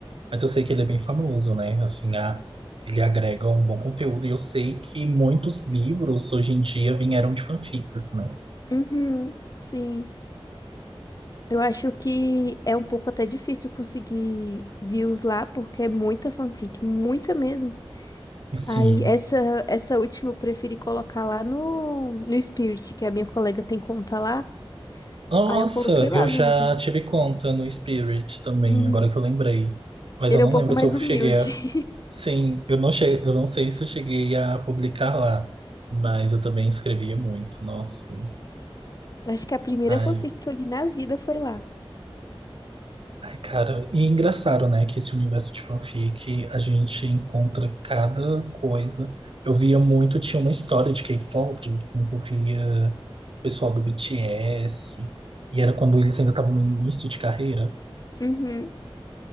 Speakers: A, on the right (about 65°); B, on the left (about 40°).
A: mas eu sei que ele é bem famoso, né? Assim, a, ele agrega um bom conteúdo. E eu sei que muitos livros hoje em dia vieram de fanfics, né?
B: Uhum. Sim. Eu acho que é um pouco até difícil conseguir views lá, porque é muita fanfic, muita mesmo.
A: Sim.
B: Aí, essa, essa última eu preferi colocar lá no, no Spirit, que a minha colega tem conta lá.
A: Nossa,
B: Aí, eu coloquei lá
A: eu já
B: mesmo.
A: tive conta no Spirit também,
B: Uhum.
A: agora que eu lembrei. Mas
B: Ele
A: eu
B: é
A: não
B: um pouco
A: lembro
B: mais
A: se eu cheguei
B: humilde.
A: a.
B: <laughs>
A: Sim, eu não che... eu não sei se eu cheguei a publicar lá. Mas eu também escrevia muito, nossa.
B: Acho que a primeira
A: Ai,
B: fanfic que eu li na vida foi lá.
A: ai, cara. E engraçado, né, que esse universo de fanfic, a gente encontra cada coisa. Eu via muito, tinha uma história de K-pop que envolvia o pessoal do BTS. E era quando eles ainda estavam no início de carreira.
B: Uhum.